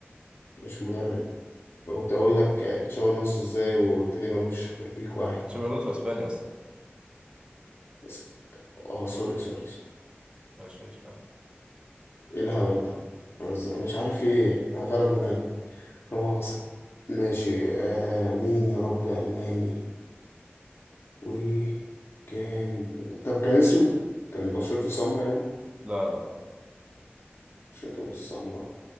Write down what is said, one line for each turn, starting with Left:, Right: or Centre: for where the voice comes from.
Left: مش مدرب كنت أقول لك آه، تشابي ألونسو إزاي وقلت لي ملوش غير بيك واحد
Right: تشابي الونسو اسباني اصلا
Left: بس آه سوري سوري سوري
Right: مش هيش <laughs>
Left: إيه الهبل ده أز- مش عارف في إيه أنا فعلا بنام لا مؤاخذة ماشي آه مين يا رب ألماني وكان طب كان أسود كان بشرته سمرا يعني
Right: لا لا
Left: بشرته مش سمرا